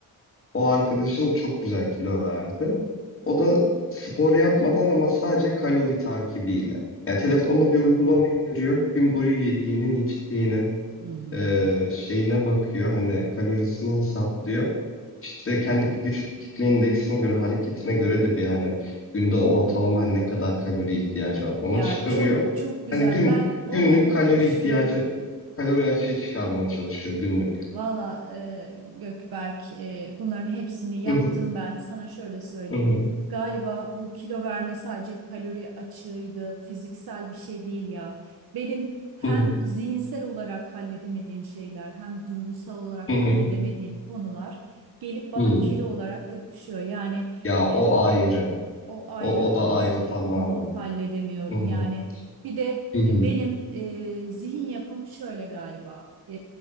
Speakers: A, on the left; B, on the right.
A: O arkadaşım çok güzel kilo verdi. O da spor yapmadan ama sadece kalori takibiyle. Ya telefonla
B: hı.
A: bir uygulama indiriyor. Gün boyu yediğinin, içtiğinin
B: Hı hı. hı
A: e,
B: hı.
A: şeyine bakıyor. Hani kalorisini hesaplıyor. İşte kendi vücut kitle indeksine göre, hareketine göre de bir hani günde ortalama ne kadar kalori ihtiyacı var onu
B: Ya
A: çıkarıyor.
B: çok çok güzel.
A: Hani gün
B: Ben onların
A: günlük kalori
B: hepsini
A: ihtiyacı, kalori açığı çıkarmaya çalışıyor günlük.
B: Valla e, Gökberk e, bunların hepsini yaptım
A: <laughs>
B: ben. Sana şöyle söyleyeyim.
A: Hı hı, hı hı,
B: Galiba bu kilo verme sadece kalori açığıydı, fiziksel bir şey değil ya. Benim hem
A: hı hı,
B: zihinsel olarak halledemediğim şeyler hem duygusal olarak
A: hı hı.
B: halledemediğim konular gelip bana
A: Hmm.
B: kilo olarak yapışıyor. Yani
A: Ya o
B: e,
A: ayrı.
B: o ayrı
A: O o da ayrı
B: işte
A: tamamen.
B: onu halledemiyorum.
A: Hı hı.
B: Yani bir de
A: Hı hı.
B: e, benim e, zihin yapım şöyle galiba. E,